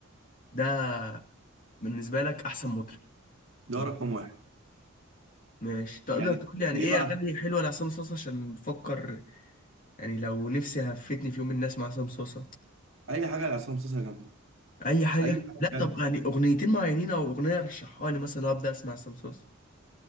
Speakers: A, on the left (about 40°); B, on the right (about 75°).
A: ده بالنسبة لك احسن مطرب
B: ده
A: كمطرب.
B: رقم واحد
A: ماشي تقدر
B: يعني
A: تقول لي يعني
B: ليه
A: ايه
B: بقى؟
A: اغاني حلوة لعصام صاصا عشان بفكر يعني لو نفسي هفتني في يوم من اسمع عصام صاصا
B: أي حاجة لعصام صوصة جامدة
A: اي حاجة
B: أي حاجة
A: لا
B: بجد
A: طب يعني اغنيتين معينين او اغنية رشحها لي مثلا ابدا اسمع عصام صاصا